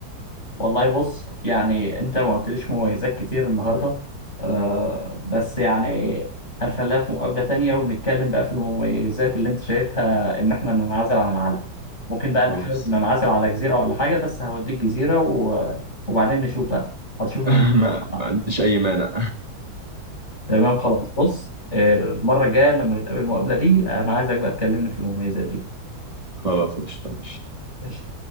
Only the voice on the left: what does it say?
والله بص يعني انت ما قلتليش مميزات كتير النهارده آه بس يعني هنخليها في مقابلة تانية ونتكلم بقى في المميزات اللي انت شايفها ان احنا ننعزل عن العالم ممكن بقى انت
حابب ننعزل على جزيرة ولا حاجة بس هوديك جزيرة و... وبعدين نشوف بقى هتشوف المميزات
بتاعها.
تمام خلاص بص آه، المرة الجاية لما نتقابل المقابلة دي انا عايزك بقى تكلمني في المميزات دي
قشطة